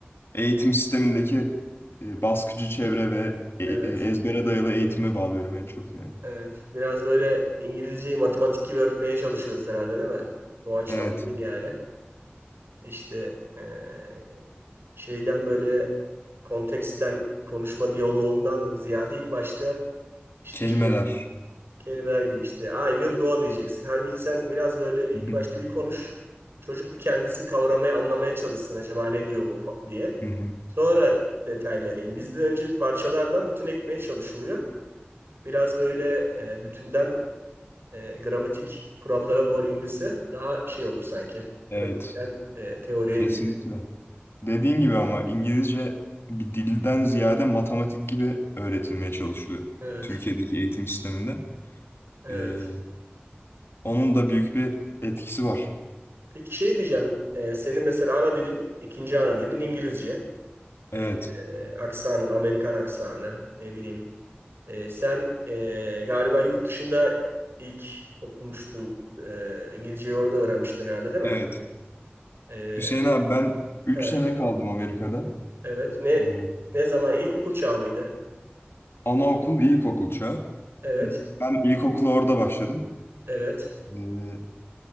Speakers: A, on the left; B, on the right.
A: eğitim sistemindeki e, baskıcı çevre ve e-
B: evet.
A: e- ezbere dayalı eğitime bağlıyorum en çok yani.
B: Evet. Biraz böyle İngilizceyi matematik gibi öğretmeye çalışıyoruz herhalde değil mi? Doğaçlama
A: Evet,
B: değil yani. İşte eee, şeyden böyle konteksten konuşma diyaloğundan ziyade ilk başta işte
A: kelimeler.
B: şey kelimeler gibi işte I will go diyeceksin. Halbuki sen biraz böyle ilk
A: Hı hı,
B: başta bir konuş. Çocuk bir kendisi kavramaya anlamaya çalışsın acaba ne diyor bu fa- diye.
A: hı hı.
B: Sonra detaylara in. Bizde önce parçalardan bütüne gitmeye çalışılıyor. Biraz böyle eee bütünden e, gramatik kurallara doğru inilse daha şey olur sanki.
A: Evet,
B: Pratikten e, teoriye
A: kesinlikle.
B: gibi.
A: Dediğin gibi ama İngilizce bir dilden ziyade matematik gibi öğretilmeye çalışılıyor
B: Evet,
A: Türkiye'deki eğitim sisteminde.
B: evet.
A: E, Onun da büyük bir etkisi var.
B: Peki şey diyeceğim, e, senin mesela ana dilin, ikinci ana dilin İngilizce.
A: Evet,
B: E, e, aksanın, Amerikan aksanı, ne bileyim. E, sen e, galiba yurt dışında ilk okumuştun, e, İngilizceyi orada öğrenmiştin herhalde değil
A: evet.
B: mi? E,
A: Hüseyin abi ben üç
B: he,
A: sene kaldım Amerika'da.
B: evet. Ne
A: Ee,
B: ne zaman? İlkokul çağı mıydı?
A: Anaokul, ilkokul çağı.
B: Evet,
A: Ben ilkokula orada başladım.
B: evet,
A: Ee,